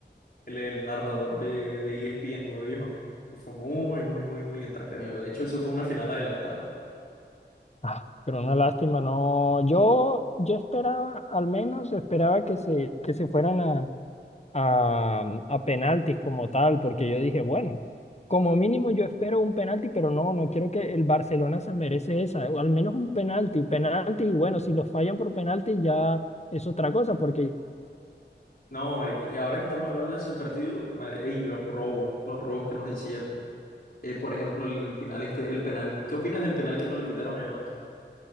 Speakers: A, on the left; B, on the left.
A: El, el narrador de, de ESPN lo dijo. Fue muy, muy, muy, muy entretenido. De hecho, eso fue una final adelantada.
B: Ah, pero una lástima, no. Yo, yo esperaba, al menos esperaba que se, que se fueran a, a, mm, a penaltis como tal, porque yo dije, bueno, como mínimo yo espero un penalti, pero no, no quiero que el Barcelona se merece esa, o al menos un penalti, penalti, y bueno, si los fallan por penalti ya es otra cosa, porque
A: No, marica, y ahora que estamos hablando de ese partido, madre, y los robos, los robos que nos hicieron. Eh, por ejemplo, el penal este, el penal. ¿Qué opinas del penal que no le pitaron a Yamal?